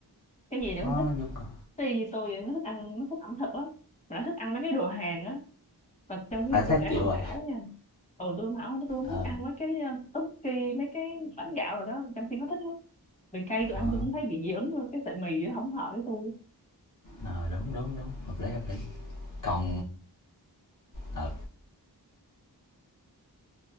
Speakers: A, on the left; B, on the left.
A: cái gì nó
B: có
A: cũng thích
B: nhu cầu
A: tuy tôi thì nó thích ăn nó thích ẩm thực lắm mà nó thích ăn mấy cái đồ Hàn á mà trong khi
B: à
A: tôi
B: thấy
A: lại
B: chịu
A: không
B: rồi
A: hảo nha ừ tôi không hảo tôi không thích
B: ờ
A: ăn mấy cái ờ, ức kỳ mấy cái bánh gạo rồi đó trong khi nó thích lắm. vì cay tôi ăn
B: à,
A: tôi cũng thấy bị dị ứng luôn cái sợi mì nó không hợp với tôi
B: à, đúng đúng đúng hợp lý hợp lý còn ờ